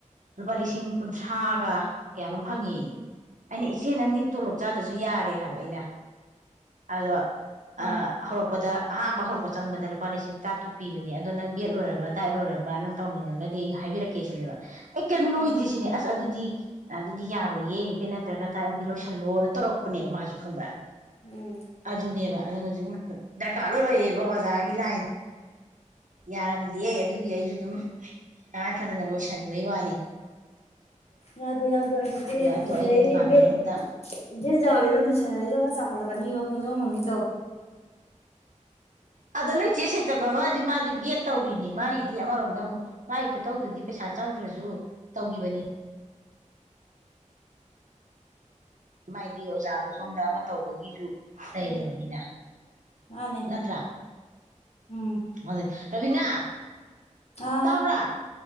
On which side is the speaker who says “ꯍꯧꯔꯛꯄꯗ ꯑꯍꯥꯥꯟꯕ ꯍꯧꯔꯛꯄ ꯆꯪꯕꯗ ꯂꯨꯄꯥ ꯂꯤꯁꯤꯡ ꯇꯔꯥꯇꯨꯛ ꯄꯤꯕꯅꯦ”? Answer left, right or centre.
Right